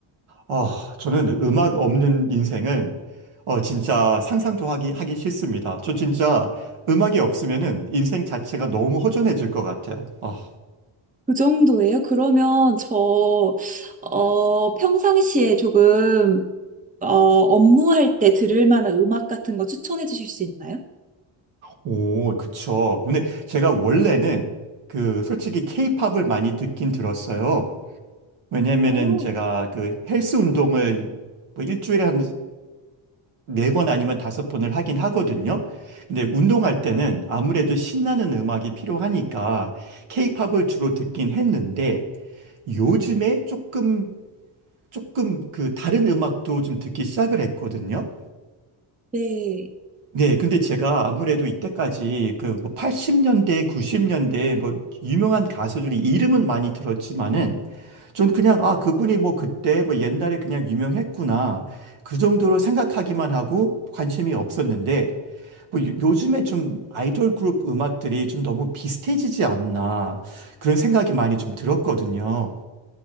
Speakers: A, on the right; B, on the right.
A: 어, 저는 음악 없는 인생은 어, 진짜 상상도 하기, 하기 싫습니다. 저 진짜 음악이 없으면은 인생 자체가 너무 허전해질 것 같아요. 아,
B: 그 정도예요? 그러면 저, 어, 평상시에 조금, 어, 업무할 때 들을 만한 음악 같은 거 추천해 주실 수 있나요?
A: 오, 그쵸. 근데 제가 원래는 그 솔직히 케이팝을 많이 듣긴 들었어요. 왜냐면은
B: 오,
A: 제가 그 헬스 운동을 뭐 일주일에 한 네 번 아니면 다섯 번을 하긴 하거든요. 근데 운동할 때는 아무래도 신나는 음악이 필요하니까 케이팝을 주로 듣긴 했는데 요즘에 조금 조금 그 다른 음악도 좀 듣기 시작을 했거든요.
B: 네.
A: 네, 근데 제가 아무래도 이때까지 그뭐 80년대, 90년대 뭐 유명한 가수들이 이름은 많이 들었지만은 전 그냥 아, 그분이 뭐 그때 뭐 옛날에 그냥 유명했구나. 그 정도로 생각하기만 하고 관심이 없었는데 뭐 요- 요즘에 좀 아이돌 그룹 음악들이 좀 너무 비슷해지지 않나 그런 생각이 많이 좀 들었거든요.